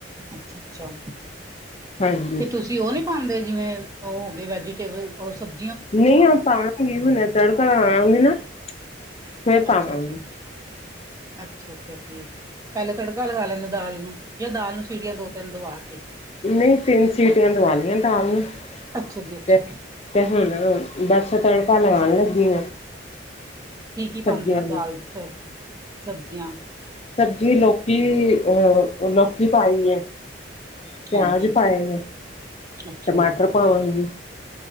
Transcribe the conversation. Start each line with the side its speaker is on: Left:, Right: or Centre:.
Right: ਅਛਾ -ਅਛਾ
Left: ਹਾਂਜੀ
Right: ਤੇ ਤੁਸੀ- ਤੁਸੀ ਉਹ ਨਹੀ ਪਾਉਦੇ ਜਿਵੇਂ ਉਹ ਹੋ ਗਏ ਵੈਜੀਟੇਬਲ ਉਹ ਸਬ
Left: ਨਹੀ ਆਪਾਂ ਪਾਲਕ ਪਨੀਰ ਬਣਿਆ ਤੜਕਾ ਲਾਉਣਾ ਆਉਗੀ ਨਾ- ਫੇਰ ਪਾਵਾਂਗੀ
Right: ਅਛਾ- ਅਛਾ, ਅਛਾ -ਅਛਾ ਠੀਕ, ਪਹਿਲੇ ਤੜਕਾ ਲਗਾ ਲੈਂਦੇ ਦਾਲ ਨੂੰ ਜਾਂ ਦਾਲ ਨੂੰ ਸੀਟੀਆਂ ਦੋ- ਤਿੰਨ ਦਵਾ ਕੇ
Left: ਨਹੀ ਤਿੰਨ ਸੀਟੀਆਂ ਦਵਾਉਣੀਆਂ ਦਾਲ ਨੂੰ
Right: ਅੱਛਾ ਜੀ ਅੱਛਾ
Left: ਤੇ
Right: ਜੀ
Left: ਤੇ ਹੁਣ, ਬੱਸ ਤੜਕਾ ਲਗਾਉਣ ਲੱਗੀ
Right: ਕੀ -ਕੀ
Left: ਸਬਜ਼ੀਆਂ
Right: ਪਾਉਂਦੇ ਹੋ
Left: ਨੂੰ
Right: ਦਾਲ ਚ ਫੇਰ ਸਬਜ਼ੀਆਂ
Left: ਸਬਜ਼ੀ ਲੋਕੀ, ਅਹ ਲੋਕੀ ਪਾਈ ਹੈ। ਪਿਆਜ
Right: ਹਾਂਜੀ
Left: ਪਾਏ ਨੇ,
Right: ਅੱਛਾ
Left: ਟਮਾਟਰ
Right: ਜੀ
Left: ਪਾਵਾਂਗੀ-